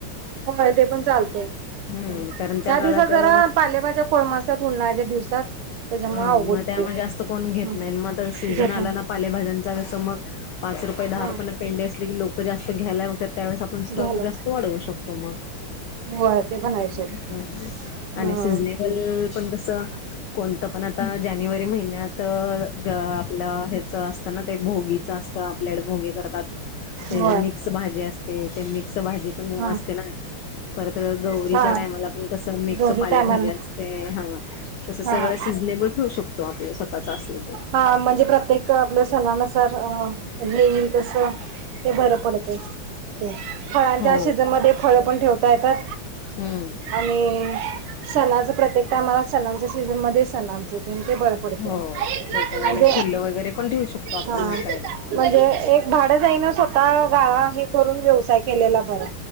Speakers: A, on the right (about 75°); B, on the left (about 85°).
A: होय ते पण चालते. ह्या
B: हम्म कारण त्या काळात
A: दिवसात जरा पालेभाज्या कोळमासत्यात उन्हान ह्या ज्या दिवसात त्याच्यामुळे
B: ह
A: अवघड
B: मग
A: होतंय
B: त्यामुळे
A: ते.
B: जास्त कोण घेत
A: हं
B: नाही मग आ सीझन
A: घेत
B: आला
A: नाही.
B: ना पालेभाज्यांचा कसं मग पाच रुपये दहा
A: हं
B: रुपयाेने पेंडे असले की लोक जास्त घ्यायलाय मग त्यावेळेस आपण स्टॉक
A: घ्यायला
B: जास्त वाढवू शकतो मग
A: होय ते पण आहे सोड.
B: <inaudible>
A: हं
B: आणि सिजनेबल <unintelligible> कोणत पण आता जानेवा महिन्यात ग आपल ह्याच ते न ते भोगी असत आपल्याड भोगे करतात त्याजी
A: होय
B: मिक्स भाजी अस ते मिक्स भाजी पण
A: हं
B: असते ना परत गौरीच्या
A: हा.
B: टायमाला पण कस मिक्स
A: गौरी
B: पालेभाजी
A: टायमाला
B: असते हा सगळ
A: हा
B: सिझनेबल ठेऊ शकतो आप स्वतःच असल की
A: हा म्हणजे प्रत्येक आपल्या सणानुसार अ अ हे येईल तस ते बर पड <inaudible> फळांच्या
B: हो
A: सीझनमध्ये फळ पण ठेव काय काय?
B: हम्म
A: आणि सणाच प्रत्येक टायमाला सणांच्या सीझनमध्ये सणांच ते बर पडतय.
B: हो
A: म्हण
B: ते पण आणि फुलं वगैरे पण ठेवू शकतो आपण
A: हा
B: विकायला
A: म्हणजे एक भाड <unintelligible> स्वतः गाळा हे करून व्यवसाय केलेला बरा